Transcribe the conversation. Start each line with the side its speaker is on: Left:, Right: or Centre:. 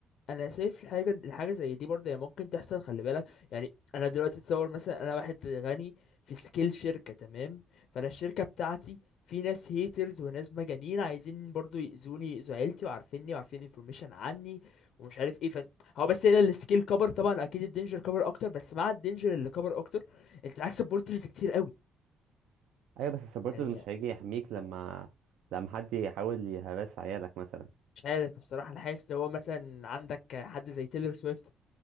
Left: انا شايف حاجه الحاجه زي دي برضه هي ممكن تحصل خلي بالك يعني انا دلوقتي اتصور مثلا انا واحد غني في سكيل شركه تمام فانا الشركه بتاعتي في ناس هيترز وناس مجانين عايزين برضه يأذوني يأذوا عيلتي وعارفيني وعارفين انفورميشن عني ومش عارف ايه فن هو بس هنا السكيل كبر طبعا اكيد الدينجر كبر اكتر بس مع الدينجر اللي كبر اكتر انت معاك سبورترز كتير قوي
Right: ايوه بس السبورترز
Left: يعني
Right: مش هيجي يحميك لما لما حد يحاول يهرس عيالك مثلا
Left: مش عارف الصراحه انا حاسس إن هو مثلا عندك حد زي تيلر سويفت